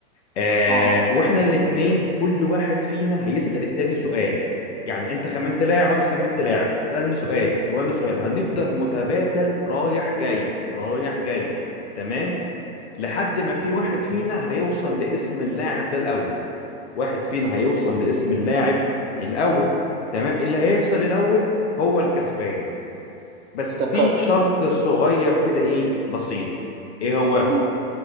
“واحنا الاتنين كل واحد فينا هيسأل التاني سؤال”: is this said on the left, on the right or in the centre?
Left